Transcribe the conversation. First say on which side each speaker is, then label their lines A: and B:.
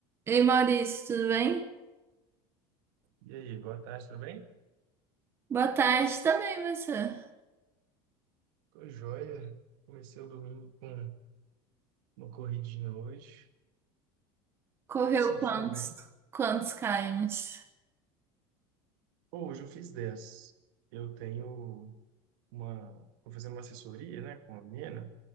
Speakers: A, on the right; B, on the right.
A: Ei Maurício, tudo bem?
B: E aí, boa tarde, tudo bem?
A: Boa tarde também, você.
B: Tô joia. Comecei o domingo com uma corridinha hoje.
A: Correu
B: Tô sentindo
A: quantos,
B: bem.
A: quantos kms?
B: Pô, hoje eu fiz 10. Eu tenho uma. Tô fazendo uma assessoria, né, com a menina,